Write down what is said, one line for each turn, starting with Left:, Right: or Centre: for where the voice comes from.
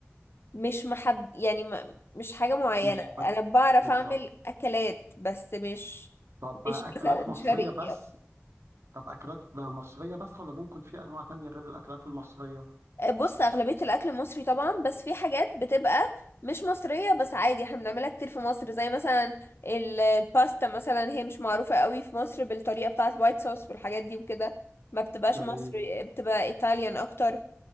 Left: مش محد يعني ما... مش حاجة معينة
Right: مش حاجه
Left: انا بعرف
Right: بالظبط
Left: اعمل اكلات بس مش
Right: طب اكلات
Left: مش مثلا
Right: مصريه
Left: شرقية
Right: بس طب اكلات مصريه بس ولا ممكن في انواع تانية غير الاكلات المصريه
Left: بص اغلبية الاكل المصري طبعا بس في حاجات بتبقى مش مصرية بس عادي احنا بنعملها كتير في مصر زي مثلا ال- الباستا مثلا هي مش معروفة قوي في مصر بالطريقة بتاعة الوايت صوص والحاجات دي وكده ما بتبقاش
Right: تمام
Left: مصري بتبقى ايطاليان اكتر